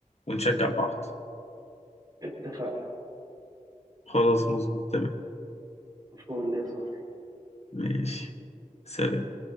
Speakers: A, on the left (about 50°); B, on the right (about 30°).
A: ونشجع بعض
B: اتفقنا
A: خلاص مظبوط تمام
B: فول يا صاحبي
A: ماشي سلام